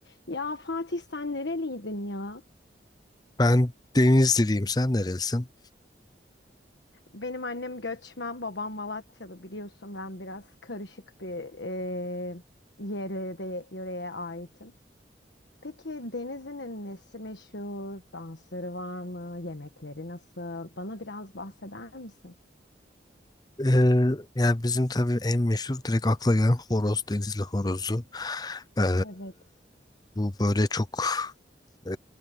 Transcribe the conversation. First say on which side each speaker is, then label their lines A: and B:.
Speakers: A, on the left; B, on the left.
A: Ya Fatih sen nereliydin ya?
B: Ben Denizliliyim. Sen nerelisin?
A: Benim annem göçmen, babam Malatyalı biliyorsun ben biraz karışık bir eee yere de yöreye aitim. Peki Denizli'nin nesi meşhur? Dansları var mı? Yemekleri nasıl? Bana biraz bahseder misin?
B: Ee, yani bizim tabii en meşhur direkt akla gelen horoz. Denizli horozu. Ee,
A: Evet.
B: bu böyle çok e,